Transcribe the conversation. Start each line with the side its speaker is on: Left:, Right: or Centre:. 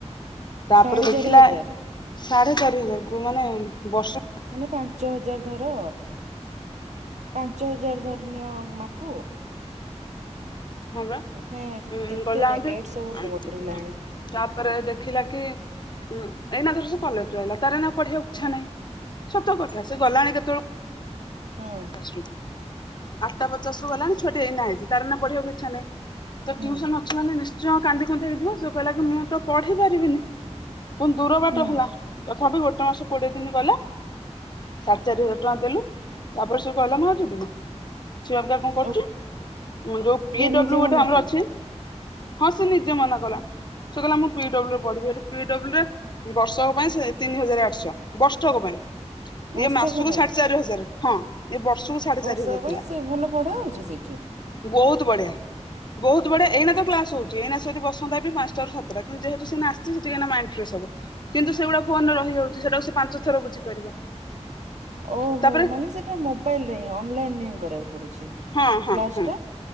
Left: ତାପରେ
Right: ସାଢେ
Left: ଦେଖିଲା
Right: ଚାରି ହଜାର
Left: ସାଢେ ଚାରି ହଜାର କୁ ମାନେ ବର୍ଷୁ
Right: ମାନେ ପାଞ୍ଚ ହଜାର ଧର ପାଞ୍ଚ ହଜାର ଧରିନିଅ ମା କୁ।
Left: ହଁ ବା
Right: ମାନେ
Left: ଉଁ
Right: କେତେ
Left: ଗଲାନ୍ତି
Right: ରେଟ ସବୁ
Left: ଏମ୍
Right: ବଢିଲାଣି
Left: ହ ତାପରେ ଦେଖିଲା କି ଉୁଁ ଏଇନା ଧର ସେ କଲେଜରୁ ଆଇଲା ତାର ଏଇନା ପଢିବାକୁ ଇଛା ନାହିଁ ସତ କଥା ସେ ଗଲାଣି କେତେବେଳୁ
Right: ହୁଁ।
Left: ଆଠଟା ପଚାଶ ରୁ ଗଲାଣି ଛୁଆଟି ଏଇନା ଆଇଚି ତାର ଏଇନା ପଢିବାକୁ ଇଚ୍ଛା ନାହିଁ। ତ
Right: ହୁଁ
Left: ଟ୍ୟୁସନ ଅଛି ମାନେ ନିଶ୍ଚୟ କାନ୍ଦି କୁନ୍ଦାକି ଯିବ ସେ କହିଲା କି ମୁଁ ତ ପଢି ପାରିବିନି। ପୁଣି ଦୂର ବାଟ
Right: ହୁଁ
Left: ହେଲା ତଥାପି ଗୋଟେ ମାସ କୋଡ଼ିଏ ଦିନ ଗଲା ସାଢ଼େ ଚାରି ହଜାର ଟଙ୍କା ଦେଲୁ ତାପରେ ସେ କହିଲା ମୁଁ ଆଉ ଯିବିନି। ସିଏ ଅବିକା କଣ କରୁଚି
Right: ଆଉ
Left: ଯୋଉ
Right: ପୁଅ
Left: ପି ଡବ୍ଲ୍ୟୁ
Right: ନିଜେ
Left: ଗୋଟେ
Right: ମନା
Left: ଆମର
Right: କଲା
Left: ଅଛି ହଁ ସେ ନିଜେ ମନା କଲା ସେ କହିଲା ମୁଁ ପି ଡବ୍ଲ୍ୟୁ ରେ ପଢିବି ହେଠୁ ପି ଡବ୍ଲ୍ୟୁ ରେ ବର୍ଷକ ପାଇଁ ସେ ତିନି ହଜାର ଆଠଶହ ବର୍ଷକ ପାଇଁ
Right: ବର୍ଷକ
Left: ଇଏ ମାସକୁ
Right: ପାଇଁ।
Left: ସାଢେ ଚାରି ହଜାରେ ହଁ। ଏ ବର୍ଷକୁ ସାଢେ
Right: ବର୍ଷକ
Left: ଚାରି ହଜାର ଥିଲା
Right: ପାଇଁ ସେ ଭଲ ପଢା ହଉଚି ସେଇଠି?
Left: ବହୁତ ବଢିଆ। ବହୁତ ବଢିଆ ଏଇନା ତ କ୍ଲାସ ହଉଚି ଏଇନା ଯଦି ବସନ୍ତା ବି ପାଞ୍ଚଟାରୁ ସାତଟା କିନ୍ତୁ ଯେହେତୁ ସେ ଆସିଛି ସେ ଏଇନା ମାଇଣ୍ଡ ଫ୍ରେସ୍ ହବ। କିନ୍ତୁ ସେଗୁଡା ଫୋନରେ ରହିଯାଉଚି ସେଟାକୁ ସେ ପାଞ୍ଚ ଥର ବୁଝିପାରିବ।
Right: ଓହୋ
Left: ତାପରେ
Right: ମାନେ ସେଟା ମୋବାଇଲ ରେ ହିଁ ଅନଲାଇନ ରେ ହିଁ କରିବାକୁ ପଡୁଛି।
Left: ହଁ ହଁ
Right: କ୍ଲାସ୍
Left: ହଁ।
Right: ଟା